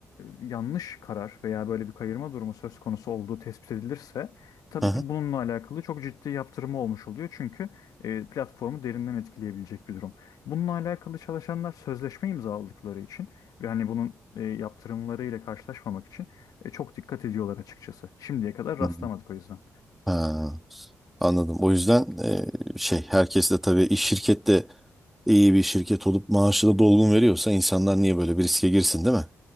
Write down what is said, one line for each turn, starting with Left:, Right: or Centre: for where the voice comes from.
Left: yanlış karar veya böyle bir kayırma durumu söz konusu olduğu tespit edilirse tabii
Centre: Hı hı.
Left: ki bununla alakalı çok ciddi yaptırımı olmuş oluyor. Çünkü e, platformu derinden etkileyebilecek bir durum. Bununla alakalı çalışanlar sözleşme imzaladıkları için ve hani bunun e, yaptırımlarıyla karşılaşmamak için e, çok dikkat ediyorlar açıkçası. Şimdiye kadar
Centre: Hı.
Left: rastlamadık o yüzden.
Centre: Ha. Anladım. O yüzden e, şey herkes de tabii iş şirkette iyi bir şirket olup maaşı da dolgun veriyorsa insanlar niye böyle bir riske girsin değil mi?